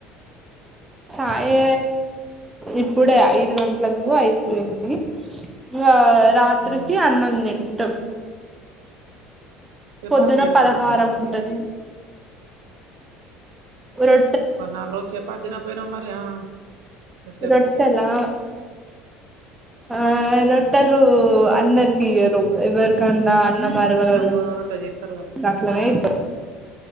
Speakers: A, on the right; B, on the right.
A: చాయే ఇప్పుడే ఐదు గంటలకు అయిపోయింది ఇంగ రాత్రికి
B: ఆ
A: అన్నం తింటం
B: చపాతీ
A: పొద్దున
B: పెడతాల్లా
A: పలహారం
B: మరి ఇప్పుడు
A: ఉంటది
B: మీకు
A: ఒరో
B: మరి నాలుగు రోజులు చపాతీ తినకపోయినా మరి ఆ రొట్టెలు
A: రొట్టేలా ఆ రొట్టేలు అందరికి ఇయ్యరు ఎవరికన్నా అన్న అరగనోళ్ళ
B: ఒక రొట్టె చేత్తరుగా
A: అట్లనే ఇత్తరు
B: ఆ